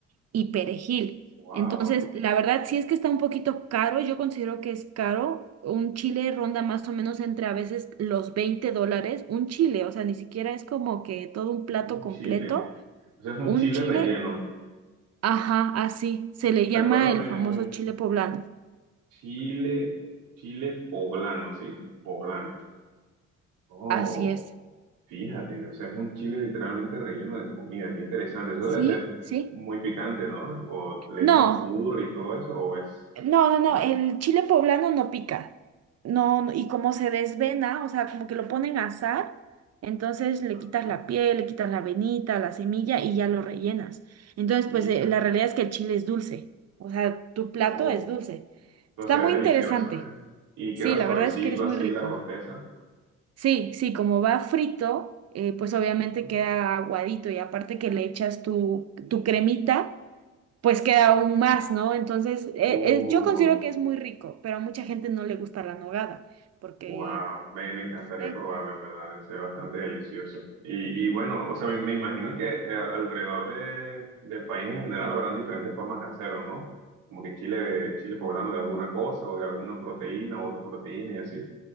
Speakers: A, on the right; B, on the right.
A: y perejil.
B: wow,
A: Entonces, la verdad, sí es que está un poquito caro, yo considero que es caro. Un chile ronda más o menos entre a veces los 20 dólares, un chile, o sea, ni siquiera es como que todo un plato
B: un
A: completo,
B: chile. Ese es un
A: un
B: chile
A: chile,
B: relleno.
A: ajá, así, se le
B: Recuérdame,
A: llama el famoso chile poblano,
B: chile, chile poblano, ¿sí? Poblano. Oh,
A: así es,
B: fíjate, o sea, es un chile literalmente relleno de comida. Qué interesante. Eso
A: ¿sí?
B: debe ser
A: ¿Sí?
B: muy picante, ¿no? O le
A: No.
B: echan curry y todo eso, o es...
A: No, no, no,
B: No.
A: el chile poblano no pica. No, no, y como se desvena, o sea, como que lo ponen a asar, entonces le
B: Ajá,
A: quitas la piel, le quitas la venita, la semilla y ya lo rellenas. Entonces,
B: Fíjate.
A: pues eh, la realidad es que el chile es dulce. O sea, tu plato
B: Oh,
A: es dulce.
B: pero
A: Está
B: se ve
A: muy
B: delicioso,
A: interesante.
B: ¿eh? Y
A: Sí,
B: queda
A: la
B: suavecito
A: verdad es que es
B: así
A: muy rico.
B: la corteza.
A: Sí, sí, como va frito, eh, pues obviamente
B: Ujú.
A: queda aguadito y aparte que le echas tu, tu cremita pues queda aún más, ¿no? Entonces, eh,
B: Uh,
A: eh, yo considero que es muy rico, pero a mucha gente no le gusta la nogada, porque,
B: Wow, me, me
A: no
B: encantaría
A: sé,
B: probarlo, en verdad, debe ser bastante delicioso. Y, y bueno, o sea, me, me imagino que eh, al- alrededor de, del país en general habrán diferentes formas de hacerlo, ¿no? Como que chile, chile poblano de alguna cosa o de alguna proteína u otra proteína y así,